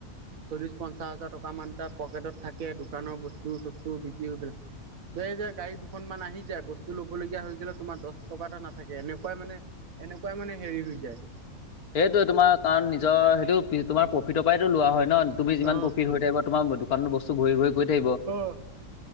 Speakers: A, on the right; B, on the left.
A: চল্লিশ, পঞ্চাশ হাজাৰ টকা মান তাৰ পকেটত থাকে, দোকানৰ বস্তু চস্ত বিক্ৰী কৰি পেলাই। দে যে গাড়ী দুখন মান আহি যায়, বস্তু ল'ব লগীয়া হৈ গ'লে তোমাৰ দহ টকা এটা নাথাকে, এনেকুৱাই মানে এনেকুৱাই মানে হেৰি হৈ যায়।
B: সেইটোয়ে তোমাৰ কাৰণ নিজৰ সেইটো তোমাৰ প্ৰফিটৰ পৰাইটো লোৱা হয়। ন তুমি যিমান
A: অ
B: প্ৰফিট হৈ থাকিব, তোমাৰ দোকানত বস্তু ভৰি ভৰি গৈ থাকিব।
A: অ